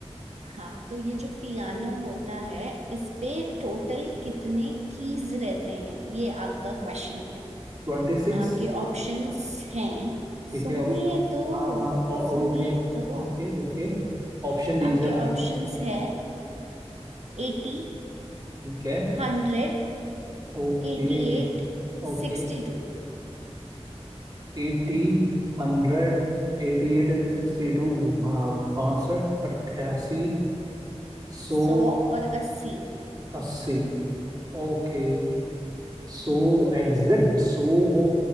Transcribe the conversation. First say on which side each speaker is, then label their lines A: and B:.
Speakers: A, on the right; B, on the right.
A: हाँ तो ये जो पियानो होता है इस पे टोटल कितने कीज रहते हैं ये आपका क्वेश्चन है
B: Twenty six
A: आपके ऑप्शंस हैं
B: ठीक
A: सुनिए
B: है ऑप्शन
A: तो
B: हाँ हाँ
A: सुनिए
B: ओके
A: तो
B: ओके ओके ऑप्शन दीजिए
A: आपके
B: आप मेरे
A: ऑप्शंस
B: को
A: है eighty
B: ठीक है
A: hundred
B: Okay
A: eighty eight
B: okay
A: sixty two
B: Eighty hundred eighty eight and sixty two हाँ बासठ अट्ठासी सौ
A: सौ और अस्सी
B: अस्सी ओके सो एग्जैक्ट सो हो